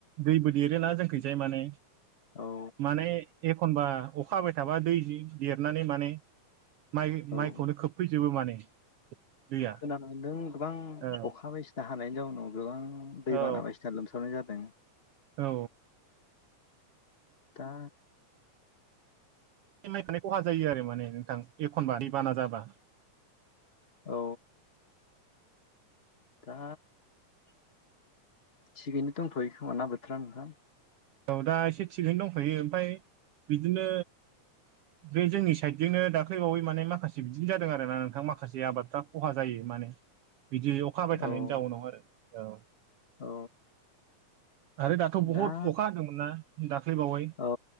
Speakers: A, on the right; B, on the left.
A: दैबो देरोना जोंखैजाय माने
B: औ
A: माने एखनबा अखा हाबाय थाबा दै जि देरनानै माने माइ माइखौनो
B: औ
A: खोबफैजोबो माने दैया
B: खोनानो मोन्दों गोबां
A: औ
B: अखा बायसिना हानायनि जाउनाव गोबां दैबाना
A: औ
B: बायदिसिना लोमसावनाय जादों <unintelligible>
A: औ
B: दा
A: नायफानाय खहा जायो आरो माने नोंथां एखनबा दै बाना जाबा
B: औ दा थिगैनो दंथ'यो खोमा ना बोथोरा नोंथां
A: औ दा एसे थिगैनो दंखायो ओमफ्राय बिदिनो बे जोंनि साइडजोंनो दाख्लैबावै माने माखासे बिदि जादों आरोना नोंथां माखासे आबादफ्रा खहा जायो माने बिदि अखा हाबायथानायनि
B: औ
A: जाउनाव आरो औ
B: औ
A: आरो दाथ' बहुद
B: दा
A: अखा हादोंमोन ना दाख्लैबावै
B: औ